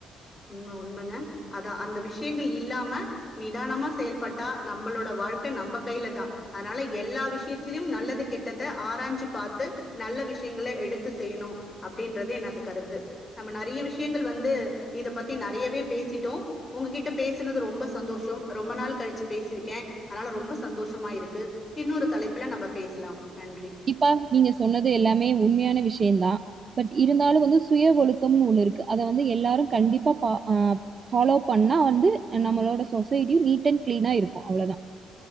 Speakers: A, on the left; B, on the right.
A: உண்ம உண்மங்க அதா அந்த விஷ்யங்கள் இல்லாம நிதானமா செயல்பட்டா நம்பளோட வாழ்க்க நம்ப கைலதா அனால எல்லா விஷ்யத்திலியும் நல்லது கெட்டத ஆராஞ்சு பாத்து நல்ல விஷ்யங்கள எடுத்து செய்யணு அப்டின்றது எனது கருத்து நம்ம நெறைய விஷ்யங்கள் வந்து இத பத்தி நெறையவே பேசிட்டோ உங்ககிட்ட பேசுனது ரொம்ப சந்தோஷம் ரொம்ப நாள் கழிச்சு பேசிருக்கே அனால ரொம்ப சந்தோஷமா இருக்கு இன்னொரு தலைப்புல நம்ப பேசலாம் நன்றி.
B: இப்பா நீங்க சொன்னது எல்லாமே உண்மையான விஷ்ய யந்தா பட் இருந்தாலு வந்து சுய ஒழுக்கம்னு ஒன்னு இருக்கு அத வந்து எல்லாரு கண்டிப்பா பா ஆ ஃபாலோ பண்ணா வந்து நம்மளோட சொசைட்டியு நீட் அண்ட் கிளீனா இருக்கு அவ்ளதா